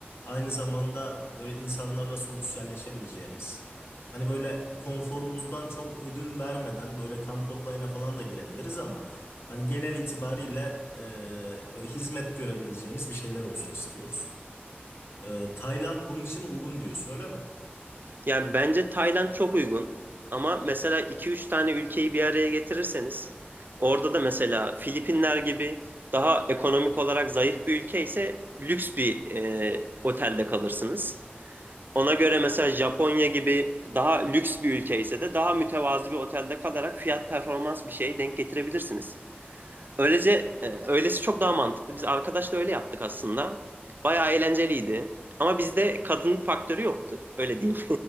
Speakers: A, on the left; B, on the right.
A: aynı zamanda böyle insanlarla sosyalleşebileceğimiz, hani böyle konforumuzdan çok ödün vermeden böyle kamp olayına falan da girebiliriz ama hani genel itibariyle e, böyle hizmet görebileceğimiz bir şeyler olsun istiyoruz. E, Tayland bunun için uygun diyorsun öyle mi?
B: Yani bence Tayland çok uygun. Ama mesela iki üç tane ülkeyi bir araya getirirseniz orada da mesela Filipinler gibi daha ekonomik olarak zayıf bir ülke ise lüks bir e, otelde kalırsınız. Ona göre mesela Japonya gibi daha lüks bir ülke ise de daha mütevazı bir otelde kalarak fiyat performans bir şey denk getirebilirsiniz. Öylece e, öylesi çok daha mantıklı. Biz arkadaşla öyle yaptık aslında. Bayağı eğlenceliydi. Ama bizde kadın faktörü yoktu. Öyle diyeyim.